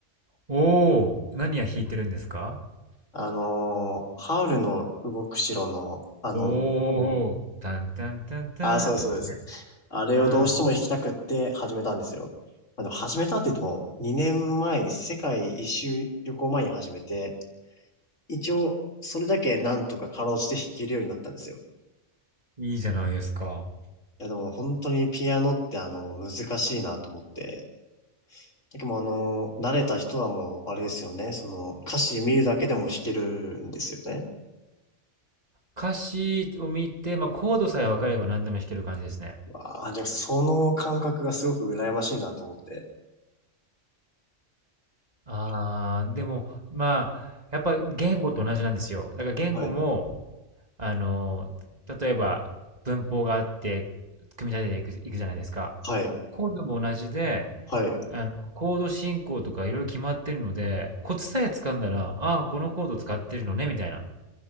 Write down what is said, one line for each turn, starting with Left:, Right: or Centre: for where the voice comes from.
Right: おお、何や弾いてるんですか？
Left: あのーハウルの動く城の、あの、
Right: おおー、タンタンタンタンってやつですね。
Left: あー、そうです、そうです。あれをどうしても弾きたくって始めたんですよ。
Right: ああ、
Left: まあ、でも始めたって言っても、2年前に世界一周旅行前に始めて、一応、それだけなんとかかろうじて弾けるようになったんですよ。
Right: いいじゃないですか。
Left: いや、でも本当にピアノってあの、難しいなと思って。でもあの、慣れた人はもう、あれですよね。その、歌詞見るだけでも弾けるんですよね。
Right: 歌詞を見て、まあ、コードさえ分かれば何でも弾ける感じですね。
Left: わあ、じゃあその感覚がすごく羨ましいなと思って。
Right: ああ、でも、まあ、やっぱ言語と同じなんですよ。だから言語も、
Left: はい。
Right: あの、例えば文法があって、組み立てていくいくじゃないですか。
Left: はい。
Right: コードも同じで、
Left: はい。
Right: あの、コード進行とかいろいろ決まってるので、コツさえ掴んだら、ああ、このコード使ってるのね、みたいな